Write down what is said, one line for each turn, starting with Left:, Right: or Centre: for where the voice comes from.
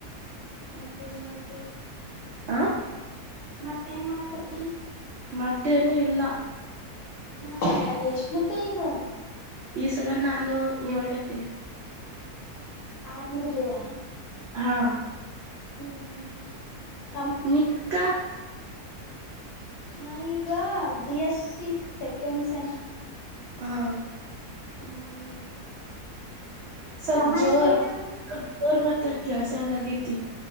Left: ಮತ್ತ ಏನ್ ಮಾಡತೀವ
Right: ಆ
Left: ಮತ್ತ ಏನ್ ಮಾಡಕತ್ತಿ
Right: ಮತ್ತೇನೂ ಇಲ್ಲ
Left: ಹಾ ಎಸ್ನೇತೆ ಈಗ
Right: ಈ ಸಲ ನಾನು ಏಳನೇತೆ
Left: ಆರ್ ಮುಗುದ ಯೊಳ
Right: ಹಾ
Left: ಹ್ಮ್ ಹ್ಮ್ ಹ್ಮ್
Right: ನಿಕ್ಕ
Left: ನಾನ್ ಈಗ ಬಿ ಎಸ್ಸಿ ಸೆಕೆಂಡ್ ಸೆಮ್
Right: ಹಾ
Left: ಹ್ಮ್
Right: ಸಲ್ಪ
Left: ತಮ್ಮ
Right: ಜೋರ
Left: ಎಷ್ಟನತ್ತೇದನ್
Right: ಅಕ್ಕ ಜೋರ್ ಮಾತಾಡ ಕೇಳ್ಸಲ್ಲಾಗೈತಿ